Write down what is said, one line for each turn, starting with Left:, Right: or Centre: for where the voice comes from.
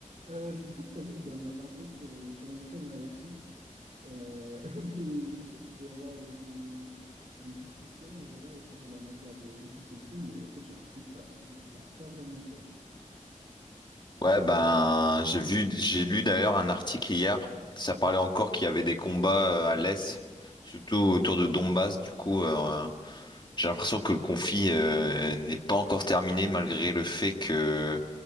Right: Euh, je ne sais pas si tu as vu les dernières infos sur, euh, sur l'Ukraine et la Russie, euh, <laughs> mais je sais qu'il devait y avoir euh, des, des discussions euh, là autour d'un accord de, de cessez-le-feu, mais en fait j'ai l'impression que ça n'avance pas vraiment quoi.
Left: Ouais, ben, j'ai vu, j'ai lu d'ailleurs un article hier. Ça parlait encore qu'il y avait des combats euh, à l'Est, surtout autour de Donbass. Du coup, euh, j'ai l'impression que le conflit euh, n'est pas encore terminé, malgré le fait que